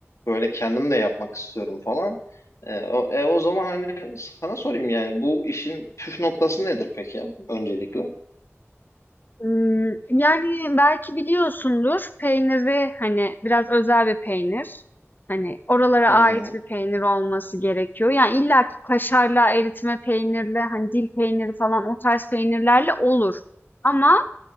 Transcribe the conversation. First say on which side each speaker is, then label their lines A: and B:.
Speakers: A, on the left; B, on the left.
A: böyle kendim de yapmak istiyorum falan. E, o, e, o zaman hani sana sorayım yani bu işin püf noktası nedir peki öncelikle?
B: Hmm, yani belki biliyorsundur peyniri hani biraz özel bir peynir. Hani oralara
A: Hı
B: ait
A: hı.
B: bir peynir olması gerekiyor. Yani illa ki kaşarla, eritme peynirle, hani dil peyniri falan o tarz peynirlerle olur. Ama